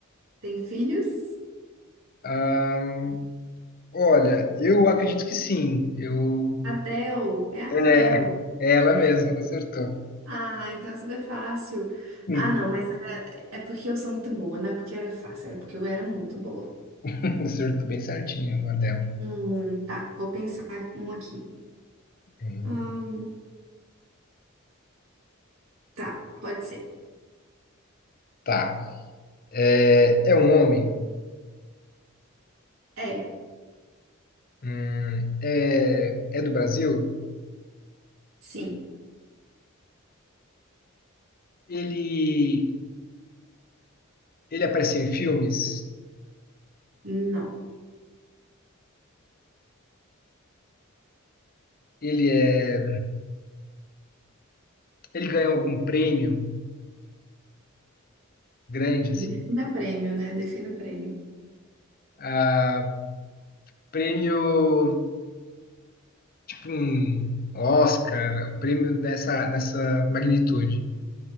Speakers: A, on the right (about 70°); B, on the left (about 45°).
A: Tem filhos?
B: Ahn, olha, eu acredito que sim. Eu.
A: Adele, é a
B: É,
A: Adele.
B: é ela mesma, acertou.
A: Ah, então é super fácil.
B: Hum,
A: Ah, não, mas é, é porque eu sou muito boa, não é porque era fácil, era porque eu era muito boa.
B: <laughs> acertou bem certinho a dela.
A: Hum, tá, vou pensar um aqui.
B: Hum,
A: Hum, tá, pode ser.
B: tá. É, é um homem.
A: É,
B: Hum, é, é do Brasil.
A: sim,
B: Ele, ele apareceu em filmes.
A: não.
B: Ele é Ele ganhou algum prêmio grande,
A: Defina
B: assim?
A: prêmio, né? Defina prêmio.
B: Ah, prêmio, hum, Oscar, prêmio dessa, dessa magnitude.